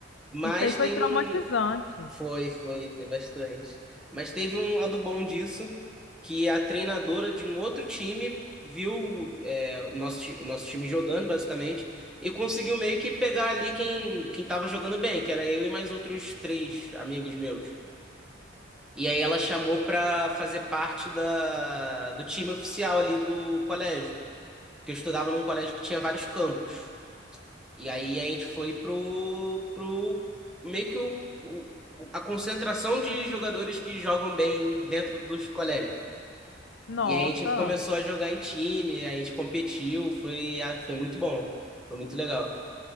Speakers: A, in the centre; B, on the left.
A: Mas
B: Isso aí foi
A: tem
B: traumatizante.
A: um. Foi, foi, foi bastante. Mas teve um lado bom disso, que a treinadora de um outro time viu é, o nosso, ti- nosso time jogando, basicamente, e conseguiu meio que pegar ali quem, quem tava jogando bem, que era eu e mais outros três amigos meus. E aí ela chamou pra fazer parte da, do time oficial ali do colégio, porque eu estudava num colégio que tinha vários campos. E aí a gente foi pro, pro meio que o, o- a concentração de jogadores que jogam bem dentro dos colégios.
B: Nossa.
A: E aí a gente começou a jogar em time, a gente competiu, foi, ah, foi muito bom, foi muito legal.